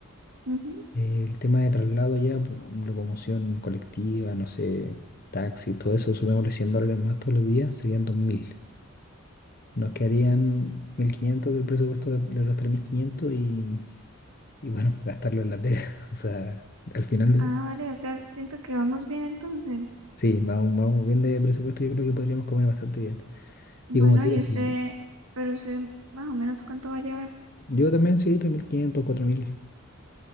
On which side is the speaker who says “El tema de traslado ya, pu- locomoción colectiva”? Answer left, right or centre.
Left